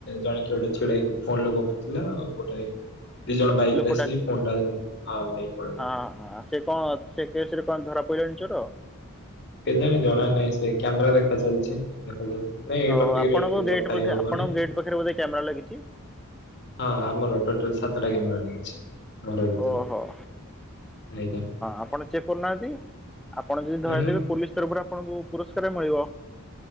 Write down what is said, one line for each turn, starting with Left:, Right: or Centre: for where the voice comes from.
Left: ଜଣେ କିଏ ଗୋଟେ ଛିଡ଼ା ହେଇକି ଫୋନ ଲଗୋଉଥିଲା ଆଉ ଗୋଟେ ଦି ଜଣ ବାଇକ
Centre: ଲୋକଟା
Left: ରେ ଆସିକି ଫୋନ ଟା ନେଇ ପଳେଇଲେ
Centre: ହଁ ସେ କଣ ସେ କେସରେ କଣ ଧରା ପଡ଼ିଲାଣି ଚୋର
Left: କେଜାଣି ଜଣା ନାହିଁ ସେ କ୍ୟାମେରା ଦେଖା ଚାଲିଛି। ହାଜୋ ନାଇଁ ଏଇ
Centre: ଓ
Left: ଟପିକରେ
Centre: ଆପଣଙ୍କ
Left: ଏଠି
Centre: ଗେଟ୍
Left: କଥା
Centre: ବୋଧେ
Left: ହେଇ ହବନି।
Centre: ଆପଣଙ୍କ ଗେଟ୍ ପାଖରେ ବୋଧେ କ୍ୟାମେରା ଲାଗିଛି?
Left: ହଁ ଆମର ଟୋଟାଲ୍ ସାତଟା କ୍ୟାମେରା ଲାଗିଛି। ଘର ଭିତରେ
Centre: ଓହୋ ହଁ
Left: ଆଜ୍ଞା
Centre: ଆପଣ ଚେକ୍ କରୁନାହାନ୍ତି? ଆପଣ ଯଦି ଧରେଇଦେବେ
Left: ହୁଁ
Centre: ପୋଲିସ୍ ତରଫରୁ ଆପଣଙ୍କୁ ପୁରସ୍କାର ମିଳିବ।